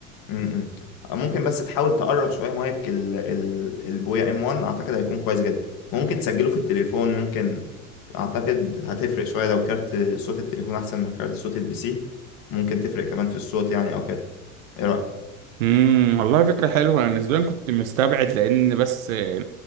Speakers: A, on the left; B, on the right.
A: مم، مم. آه، ممكن بس تحاول تقرب شوية مايك ال... ال... البويا ام 1 اعتقد هيكون كويس جدا ممكن تسجله في التليفون ممكن اعتقد هتفرق شوية لو كارت صوت التليفون احسن من كارت صوت البي سي ممكن تفرق كمان في الصوت يعني او كده ايه رأيك
B: امم والله فكره حلوه انا نسبيا كنت مستبعد لان بس آه،